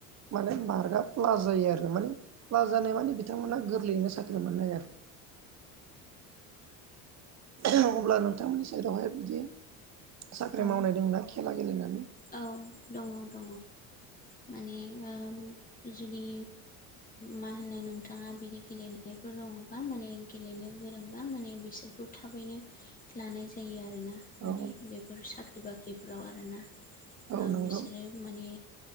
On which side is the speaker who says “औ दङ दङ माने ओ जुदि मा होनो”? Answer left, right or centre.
Left